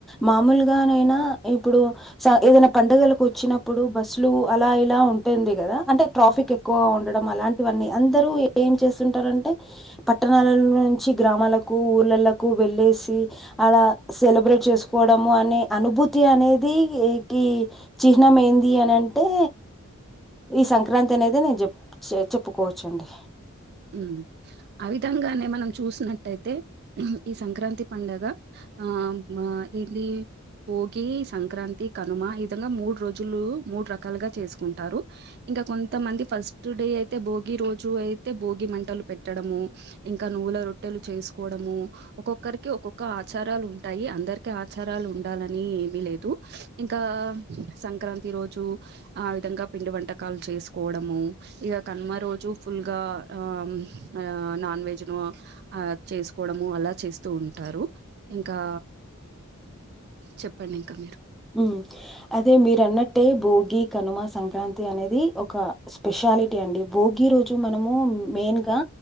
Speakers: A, in the centre; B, on the right (about 50°).
A: మామూలుగానైనా ఇప్పుడు స ఏదైనా పండుగలకు వచ్చినప్పుడు బస్సులు అలా ఇలా ఉంటుంది కదా అంటే ట్రాఫిక్ ఎ క్కువ ఉండడం అలాంటివన్నీ అందరూ ఏం చేస్తుంటారంటే? పట్టణాల నుంచి గ్రామాలకు, ఊర్లలకు వెళ్ళేసి అలా సెలబ్రేట్ చేసుకోవడము అనే అనుభూతి అనేది కి చిహ్నం ఏంది అనంటే ఈ సంక్రాంతి అనేది నేను చె చెప్పుకోవచ్చ అండి
B: మ్ ఆ విధంగానే మనం చూసినట్టయితే ఈ సంక్రాంతి పండుగ ఆ మా ఇలి భోగి, సంక్రాంతి, కనుమ ఈ విధంగా మూడు రోజులు మూడు రకాలుగా చేసుకుంటారు. ఇంకా కొంతమంది ఫస్ట్ డే అయితే భోగి రోజు అయితే భోగి మంటలు పెట్టడము. ఇంకా నువ్ల రొట్టెలు చేసుకోవడము. ఒక్కొక్కరికి ఒక్కొక్క ఆచారాలు ఉంటాయి అందరికి ఆచారాలు ఉండాలని ఏమి లేదు. ఇంకా సంక్రాంతి రోజు ఆ విధంగా పిండి వంటకాలు చేసుకోవడము ఇక కన్మ రోజు ఫుల్ గా అ మ్ నా నాన్ వెజ్నో ఆ చేసుకోవడము అలా చేస్తూ ఉంటారు ఇంకా చెప్ప అండి ఇంకా మీరు
A: ఉ అదే మీరు అన్నట్టే భోగి కనుమ సంక్రాంతి అనేది ఒక స్పెషాలిటీ అండి భోగి రోజు మనము మెయిన్గా